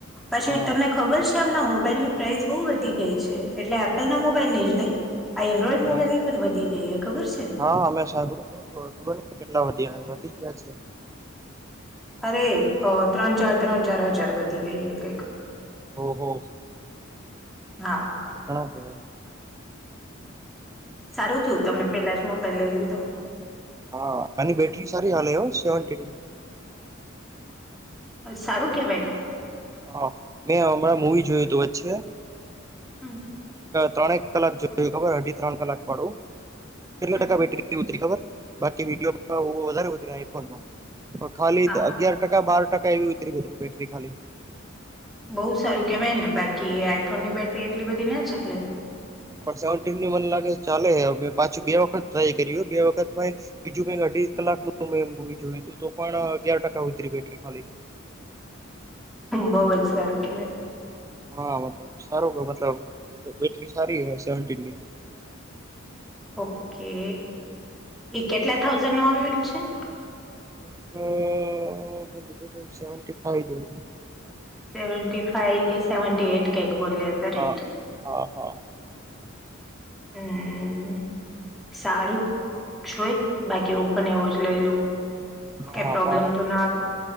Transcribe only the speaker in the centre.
પછી
તમને ખબર છે. એમના મોબાઈલની પ્રાઇસ બહુ વધી ગઈ છે એટલે એપલ ના મોબાઈલ ને જ નહી. આ એન્ડ્રોઈડ
મોબાઈલ ની પણ વધી ગઈ હ ખબર છે.
અરે ત્રણ ચાર ત્રણ ચાર હજાર વધી ગઈ એ કંઈક.
હા.
સારું થયું તમે પેલા જ મોબાઈલ લઈ લીધો.
સારું કેવાય.
હમ
હમ.
હા
બઉુ સારું કેવાય ને બાકી આઈફોન ની બેટરી એટલી બધી ના ચાલે.
બહુ જ સારું કેવાય.
ઓકે એ કેટલા થઉઝન્ડ નો આવેલ છે.
સેવન્ટી ફાઈવ કે સેવન્ટી એટ ક એક બોલ્યા હતા
રે.
હમ. સારું જોઈ બાકી એવું પણ એવું જ લઈ લઉ.
કઈ પ્રોબ્લેમ
તો ના આવે